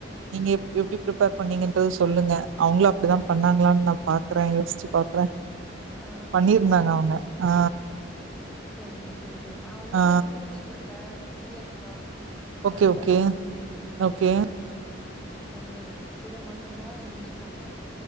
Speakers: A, on the right (about 75°); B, in the centre.
A: நீங்க எப் எப்டி ப்ரிப்பேர் பண்ணீங்கன்றது சொல்லுங்க அவங்களு அப்புடிதா பண்ணாங்களான்னு நா பாக்குறே யோசிச்சி பாக் க்குற
B: ஆ
A: பண்ணியிருந்தாங்க அவங்க ஆ
B: செரிங்க ஸ் சரி சரி நா வந்துட்டு
A: ஆ.
B: பூந்தி கொட் ட்ட சீயக்கா
A: ஓகே,
B: சம்பருத்தி
A: ஓகே, ஓகே
B: வெந்தயம் இத மட்டுந்தா யூஸ் பண்ற